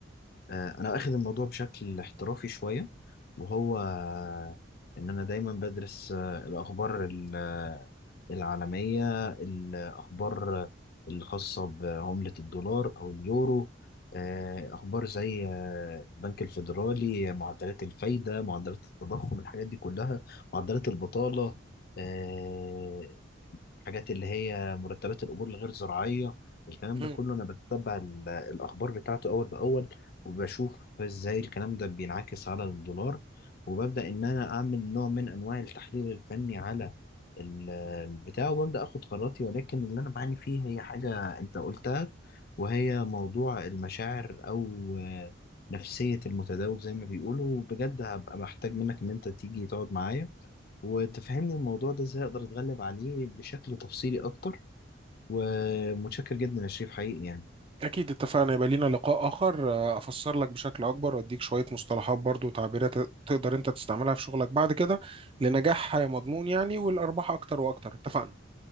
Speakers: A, on the left; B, on the right.
A: آه، انا واخد الموضوع بشكل احترافي شويه وهو آه، ان انا دايما بدرس آه، الاخبار ال- آه، العالميه الاخبار آه، الخاصه بعمله الدولار او اليورو آه، اخبار زي آه، البنك الفيدرالي معدلات الفايده معدلات التضخم الحاجات دي كلها معدلات البطاله آه، حاجات اللي هي مرتبات الأجور الغير زراعية الكلام
B: مم.
A: ده كله أنا بتتبع ال- الأخبار بتاعته أول بأول وبشوف إزاي الكلام ده بينعكس على الدولار وببدأ إن أنا أعمل نوع من أنواع التحليل الفني على ال- البتاع وببدأ أخد قراراتي ولكن اللي أنا بعاني فيه هي حاجة أنت قلتها وهي موضوع المشاعر أو آه، نفسية المتداول زي ما بيقولوا بجد هبقى محتاج منك إن أنت تيجي تقعد معايا وتفهمني الموضوع ده ازاي اقدر اتغلب عليه بشكل تفصيلي اكتر ومتشكر جدا يا شريف حقيقي يعني
B: اكيد اتفقنا يبقى لينا لقاء اخر آه، افسر لك بشكل اكبر واديك شويه مصطلحات برضو وتعبيرات تقدر انت تستعملها في شغلك بعد كده لنجاح مضمون يعني والارباح اكتر واكتر اتفقنا